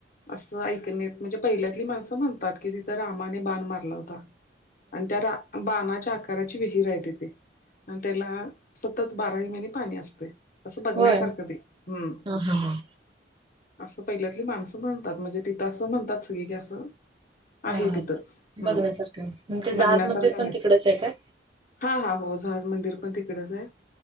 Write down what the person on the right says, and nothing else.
होय
हा हा हा
हा
बघण्यासारखं ते जहाज
मंदिर
पण तिकडच काय